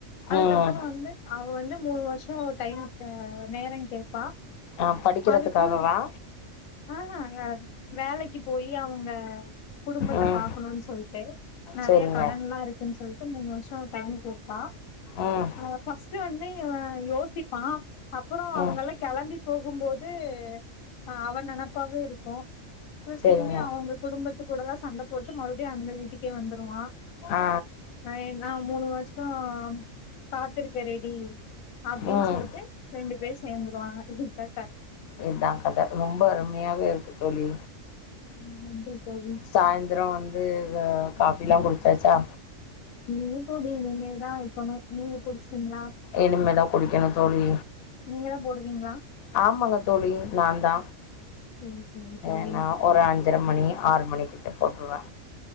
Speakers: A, on the left (about 85°); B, on the left (about 65°).
A: அதுக்கப்புற
B: ம்
A: வந்து அவ வந்து மூணு வருஷ டை டைம் அ நேரம் கேப்பா
B: ஆ படிக்கிறதுக்காகவா
A: அதுக்கு ஆ ஹ அ வேலக்கி போயி அவுங்க குடும்பத்த
B: ம்
A: பாக்கணுன் சொல்ட்டு நெறைய
B: செரிங்க
A: கடன்ல்லா இருக்குன் சொல் மூணு வருஷோ டைம் கேப்பா
B: ம்
A: அவ ஃபஸ்டு வந்து இவ யோசிப்பா அப்பறோ அவங்கல்லா
B: ம்
A: கெளம்பி போ போகும்போது ஆ அவ நெனப்பாவே இருக்கு அப்றோ
B: செரிங்க
A: திரும்பி அவுங்க குடும்பத்துக் கூடல்லா சண்ட போட்டு மறுபடியு அந்த வீட்டுக்கே வந்துருவா
B: ஆ
A: நா ஏ நா மூணு வருஷோ காத்திருக்க ரெடி அப்டின்
B: ம்
A: சொல்ட்டு ரெண்டு பேர் சேந்துருவாங்க இதா
B: இத்தா கத ரொம்ப அருமையாக இருக்கு தோழி
A: ம் நன்றி தோழி
B: சாயந்தரோ வந் து ஆ காஃபில்லா குடுச்சாச்சா
A: இல்லன் தோழி இனிமேல் தா வக்கனு நீங்க குடுஸ்டீங்களா
B: இனிமேதா குடிக்கணு தோழி
A: நீங்க தா போடுவீங்ளா
B: ஆமாங்க தோழி நா தா
A: சேரி சேரி தோழி
B: ஏன்னா ஒரு அஞ்ஜர மணி ஆறு மணிக் டீ போட்ருவே